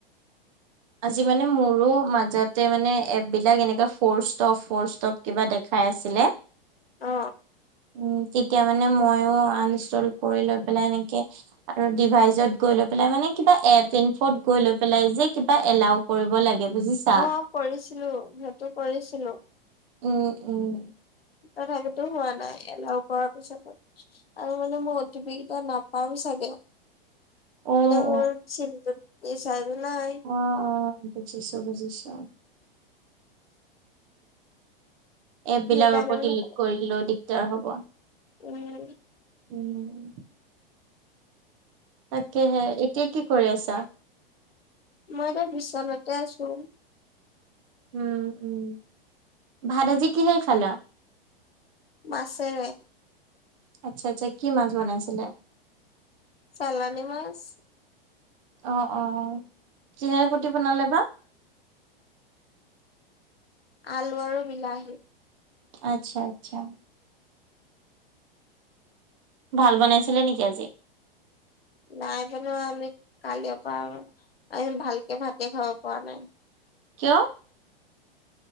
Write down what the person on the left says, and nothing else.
অ।
অ, কৰিছিলো সেইটো কৰিছিলো।
তথাপিতো হোৱা নাই এলাও কৰাৰ পিছতো। আৰু মানে মই অটি পি কেইটা নাপাম চাগে। তাৰ
মানে মোৰ চিমটোত ৰিচাৰ্জ নাই।
সেইকাৰণে
মানে
উম'।
মই এতিয়া বিচনাতে আছো।
মাছেৰে।
চালানী মাছ।
আলু আৰু বিলাহী।
নাই বনুৱা আমি কালিৰ পৰা আমি ভালকে ভাতে খাব পৰা নাই।